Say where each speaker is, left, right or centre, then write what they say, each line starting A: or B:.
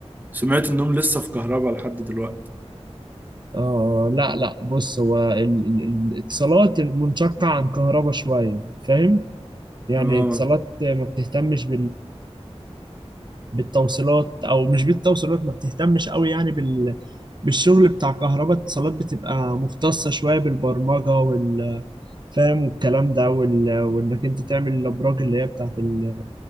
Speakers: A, on the right; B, on the right.
A: سمعت انهم لسه في كهرباء لحد دلوقتي
B: آه لا لا بص هو ال- ال- الاتصالات منشقة عن كهرباء شوية فاهم يعني
A: اه
B: اتصالات ما بتهتمش بالتوصيلات او مش بالتوصيلات ما بتهتمش قوي يعني بال بالشغل بتاع كهرباء اتصالات بتبقى مختصة شوية بالبرمجة وال فاهم والكلام ده وال... وانك انت تعمل الابراج اللي هي بتاعت ال...